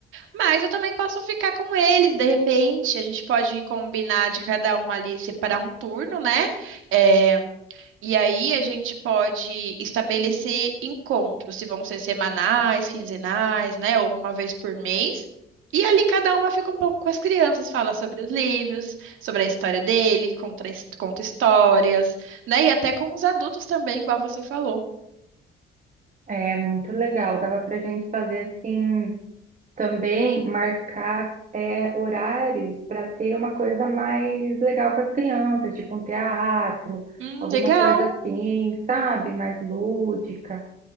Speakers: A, on the right (about 85°); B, on the right (about 40°).
A: Mas eu também posso ficar com eles, de repente. A gente pode combinar de cada uma ali separar um turno, né? É, E aí a gente pode estabelecer encontros, se vão ser semanais, quinzenais, né, ou uma vez por mês. E ali cada uma fica um pouco com as crianças, fala sobre os livros, sobre a história dele, conta, his- conta histórias, né? E até com os adultos também, igual você falou.
B: É muito legal. Dava para gente fazer assim também marcar é, horários para ter uma coisa mais legal para as crianças, tipo um teatro,
A: Hum,
B: alguma
A: legal.
B: coisa assim, sabe? Mais lúdica,